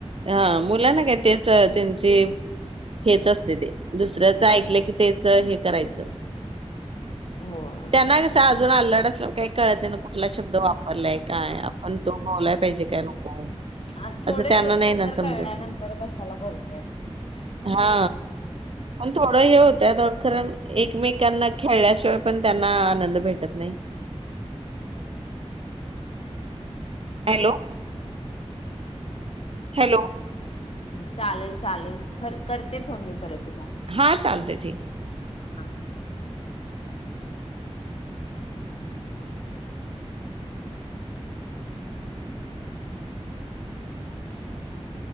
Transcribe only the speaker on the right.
हा मुलाना काय तेच त्यांची हेच असतय ते, दुसऱ्याच ऐकलं की तेच हे करायचं.
त्यांना कस अजून अल्लड अस काही कळते ना कुठला शब्द वापरलाय काय आपण तो बोललाय पाहिजे काय नको
असं त्यांना
नाही
ना समजत
हा पण थोडं हे होतय आता खरण एकमेकांना खेळल्याशिवाय पण त्यांना आनंद भेटत नाही हॅलो हॅलो
हा चालतय ठीक आहे